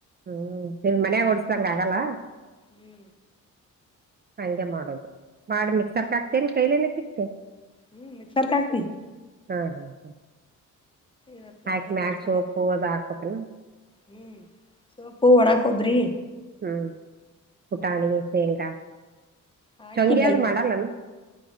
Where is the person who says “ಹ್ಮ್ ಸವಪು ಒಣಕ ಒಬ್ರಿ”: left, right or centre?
Left